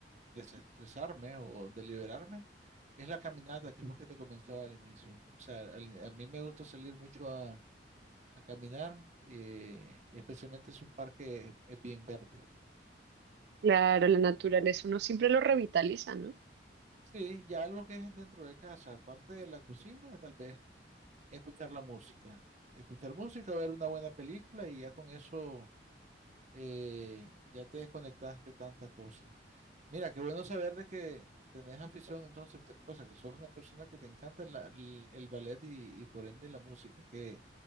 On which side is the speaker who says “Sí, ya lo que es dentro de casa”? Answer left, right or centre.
Right